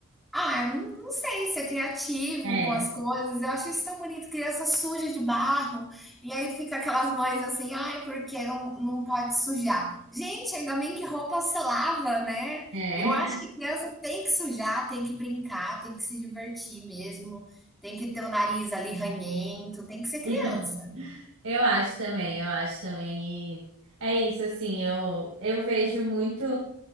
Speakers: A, in the centre; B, on the right (about 80°).
A: ah, não sei, ser criativo
B: É.
A: com as coisas. Eu acho isso tão bonito, criança suja de barro. E aí fica aquelas mães assim, ai, porque não, não pode sujar. Gente, ainda bem que roupa se lava, né?
B: É.
A: Eu acho que criança tem que sujar, tem que brincar, tem que se divertir mesmo, tem que ter o nariz ali ranhento, tem que ser criança.
B: <laughs> Eu acho também, eu acho também. E é isso, assim, eu, eu vejo muito,